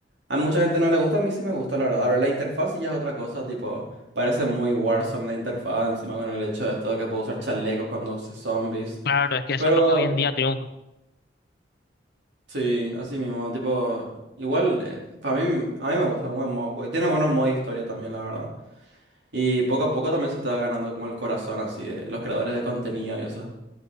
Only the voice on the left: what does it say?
Claro, es que eso
es lo que hoy en día triunfa.